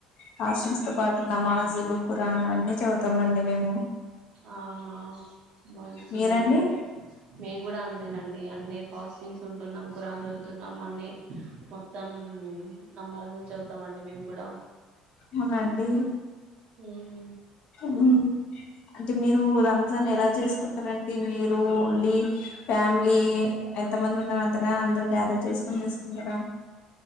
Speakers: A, on the left (about 60°); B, on the right (about 60°).
A: కాస్ట్యూమ్స్ తో పాటు నమాజులు కుఖరానవన్నీ చదుతాం అండి మేము.
B: ఆహా మంచిదండి,
A: మీరండి
B: మేము కూడా అంతెనండి అన్నీ కాస్ స్టింగ్స్ ఉంటున్నాం, ఖరాన్ చదువుతున్నాం. మొన్నే మొత్తం నమాజులు చదువుతాం అండి మేము. గుడ
A: అవునండి
B: ఉమ్
A: ఉమ్ అంటే మీరు రంజాన్ ఎలా చేసుకుంటారండి, మీరు ఓన్లీ ఫ్యా లీ ఎంత మంది ఉన్నారు అంతన, అందరు గ్యాదర్ చేసుకుని చసుకుంటరా?